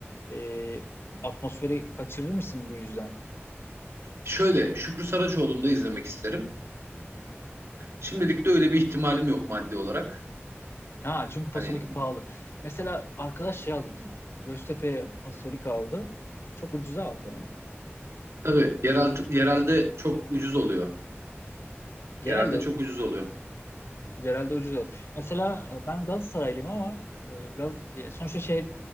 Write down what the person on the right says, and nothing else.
Şöyle Şükrü Saraçoğlu'nu da izlemek isterim. Şimdilik de öyle bir ihtimalim yok maddi olarak.
Hani
tabii yerel, yerelde çok ucuz oluyor.
Yerelde çok ucuz oluyor.